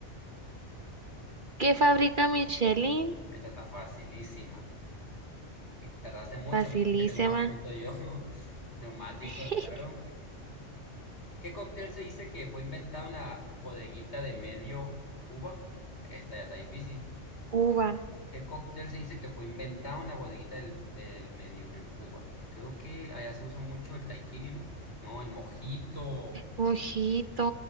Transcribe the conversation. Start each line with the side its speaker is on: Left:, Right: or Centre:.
Right: ¿Qué fabrica Michelin?
Left: Esta está facilísima. Y te tardaste mucho,
Right: Facilísima.
Left: me dice que tengo más puntos yo. <laughs> Neumáticos,
Right: <laughs>
Left: claro. ¿Qué cóctel se dice que fue inventado en la bodeguita de Medio Cuba? Esta ya está difícil.
Right: Cuba.
Left: El cóctel se dice que fue inventado en la bodeguita del, del medio, en Cuba. Creo que allá se usa mucho el daiquiri, ¿no? No, el mojito.
Right: Ojito,